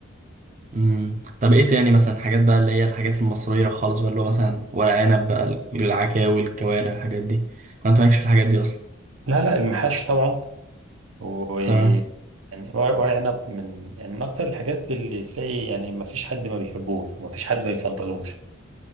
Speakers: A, on the right; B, on the right.
A: مم. طب ايه تاني مثلا حاجات بقى اللي هي الحاجات المصرية خالص بقى اللي هو مثلا ورق عنب بقى العكاوي الكوارع الحاجات دي وانت مالكش في الحاجات دي اصلا
B: لا لا المحاش طبعا ويعني
A: تمام
B: ورق ورق عنب من يعني من اكتر الحاجات اللي تلاقي يعني ما فيش حد ما بيحبوش وما فيش حد ما يفضلوش